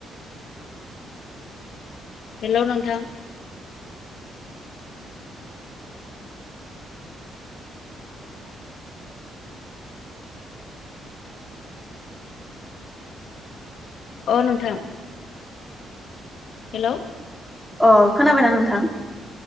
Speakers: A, on the left; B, in the centre.
A: हेलौ नोंथां। अ नोंथां। हेलौ
B: अ खोनाबायना नोंथां?